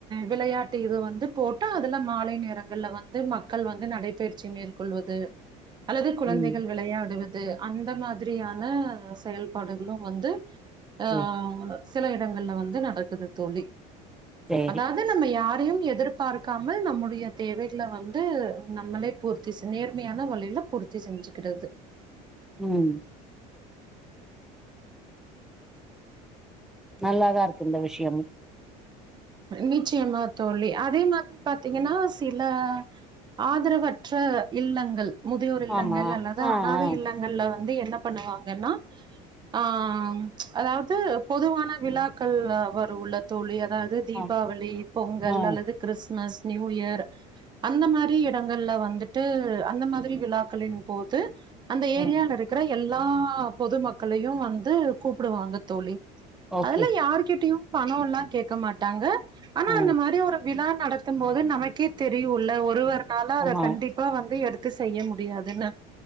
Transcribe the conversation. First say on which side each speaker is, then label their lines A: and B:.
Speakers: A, on the right; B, in the centre.
A: விளையாட்டு இது வந்து போட்டு அதுல மாலை நேரங்கள்ல வந்து மக்கள் வந்து நடைபயிற்சி மேற்கொள்வது அல்லது குழந்தைகள்
B: ம்
A: விளையாடுவது அது அந்த மாதிரியான செயல்பாடுகளும் வந்து ஆ
B: சே
A: சில இடங்கள்ல வந்து நடக்குது தோழி
B: சேரி
A: அதா ந்து நம்ம யாரையும் எதிர்பார்க்காமல் நம்முடைய தேவைகள வந்து நம்மளே பூர்த் தி நேர்மையான வழியில பூர்த்தி செஞ்சுக்குறது
B: ம் நல்லாதா இருக்கு இந்த விஷயமு
A: நிச்சயமா தோழி அதே மாதிரி பாத்தீங்கனா சில ஆதரவற்ற இல்லங்கள் முதியோர் இல்லங்கள்
B: ஆமா
A: அல்லது
B: ஆ
A: அனாதை
B: ஆ
A: இல்லங் கள்ல வந்து என்ன பண்ணுவாங்கனா ஆ அதாவது பொதுவான விழாக்கள் வருல தோழி அதாவது தீபாவளி
B: ஆ
A: பொங்கல்
B: ஆ
A: அல்லது கிறிஸ்மஸ் நியூ இயர் அந்த மாரி இடங்கள்ல வந்துட்டு அந்த மாரி விழாக்களின் போது அந்த ஏரியால
B: ம்
A: இருக்குற எல்லா பொது மக்களயும் வந்து கூப்புடுவாங்க தோழி
B: ஓகே
A: அதுலா யாருகிட்டயு பணோலா கேக்க மாட்டாங்க ஆனா
B: ஆ
A: அந்த மாரி ஒரு விழா நடத்தும் போது நமக்கே தெரியுல ஒருவர் நால அத
B: ஆமா
A: கண்டிப்பா வந்து எடுத் து செய்ய முடியாதுனு